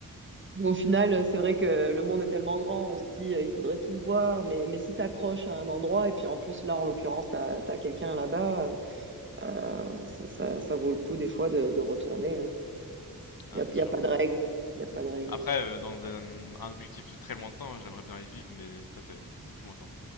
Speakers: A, on the right; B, on the left.
A: Au final, euh, c'est vrai que le monde est tellement grand, on se dit, euh, il faudrait tout voir, mais, mais si t'accroches à un endroit, et puis en plus, là, en l'occurrence, t'as, t'as quelqu'un là-bas, euh, ça, ça, ça vaut le coup des fois de, de retourner. hein.
B: Ah,
A: Il n'y a,
B: c'est
A: y
B: sûr.
A: a pas de règle. Il n'y a pas de règle.
B: Après, euh, dans un, un objectif très lointain, j'aimerais bien les vivre, mais ça, c'est c'est plus lointain.